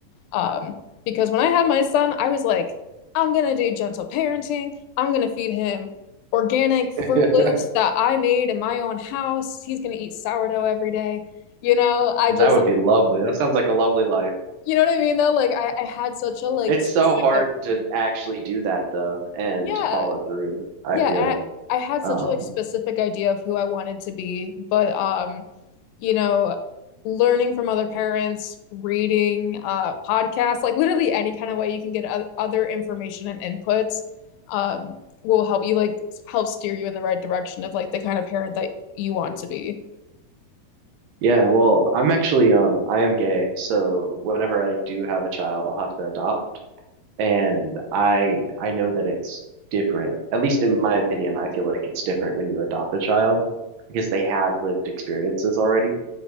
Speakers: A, on the left; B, on the right.
A: Um, because when I had my son, I was like, I'm gonna do gentle parenting. I'm gonna feed him organic Fruit
B: <laughs>
A: Loops that I made in my own house. He's gonna eat sourdough every day. You know, I
B: That
A: just
B: would
A: like,
B: be lovely. That sounds like a lovely life.
A: you know what I mean though? Like I, I had such a like
B: It's
A: specific,
B: so hard to actually do that though, and
A: yeah.
B: to follow through, I
A: Yeah,
B: feel.
A: and I, I had
B: Um,
A: such a like specific idea of who I wanted to be, but um, you know, learning from other parents, reading uh podcasts, like literally any kind of way you can get o other information and inputs um will help you like s- help steer you in the right direction of like the kind of parent that you want to be.
B: yeah, well, I'm actually um I am gay, so whenever I do have a child, I'll have to adopt. And I I know that it's different. At least in my opinion, I feel like it's different when you adopt a child because they have lived experiences already.